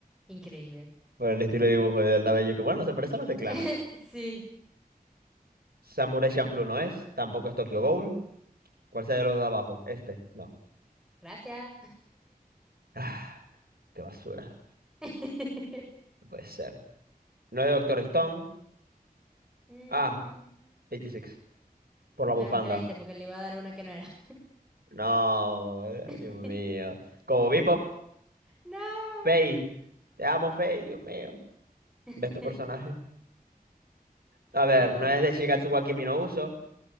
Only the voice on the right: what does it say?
Por el estilo de dibujo del cabello que bueno, se parece a los de Clannad.
Samurai Champloo no es, tampoco es Tokyo Ghoul. ¿Cuál sea de los de abajo? Este, no.
Ah, qué basura.
No puede ser. No es de Doctor Stone.
Ah, 86. Por la
bufanda.
No, eh,
Dios mío. Como Bebop,
Faye. Te amo, Faye, Dios mío.
de estos personajes. A ver,
no es de Shigatsu wa Kimi no Uso.